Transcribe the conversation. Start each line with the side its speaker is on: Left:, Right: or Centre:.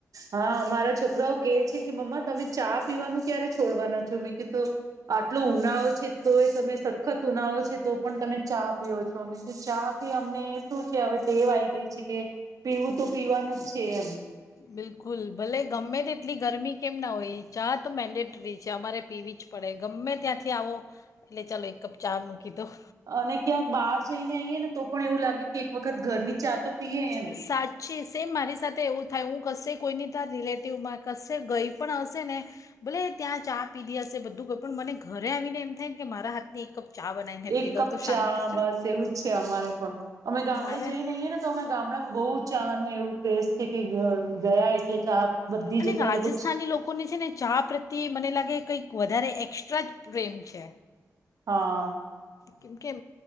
Right: હા મારા છોકરાઓ કેહે છે કે મમ્મા તમે ચા પીવાનું ક્યારે છોડવાના છો મેં કીતો આટલો ઉનાળો છે તો એ તમે સખત ઉનાળો છે તો પણ તમે ચા પીઓ છો અમે તો ચા પી અમને શું છે હવે ટેવ આઈ ગઈ છે કે પીવું તો પીવાનું જ છે એમ
Left: બિલકુલ ભલે ગમે તે કેટલી ગરમી કેમ ના હોય ચા તો મેન્ડેટરી છે અમારે પીવી જ પડે ગમે ત્યાંથી આવો એટલે ચાલો એક કપ ચા મૂકી દો
Right: અને ક્યાંક બહાર જઈને આઇ ને તો પણ એવું લાગે કે એક વખત ઘરની ચા તો પીએ એમ
Left: સાચી સેમ મારી સાથે એવું થાય હું કશે કોઈની તા રિલેટિવમાં કશે ગઈ પણ હશે ને ભલે ત્યાં ચા પીધી હશે બધું તો પણ મને ઘરે આવીને એમ થાય કે મારા હાથની એક કપ ચા બનાવીને
Right: એક
Left: પી લઉં
Right: કપ
Left: તો
Right: ચા
Left: શાંતિ
Right: બસ એવું જ છે અમારે પણ અમે ગામડે
Left: મારે
Right: જઈને
Left: અને
Right: આઈ ને તો અમે ગામડામાં બહુ ચાનું એવું ક્રેઝ છે કે ગ ગયા એટલે ચા બધી
Left: અને
Right: જગ્યા
Left: રાજસ્થાની
Right: લોકો
Left: લોકોને છે ને ચા પ્રત્યે મને લાગે કઈક વધારે એક્સ્ટ્રા જ પ્રેમ છે.
Right: હા
Left: કેમ કે અ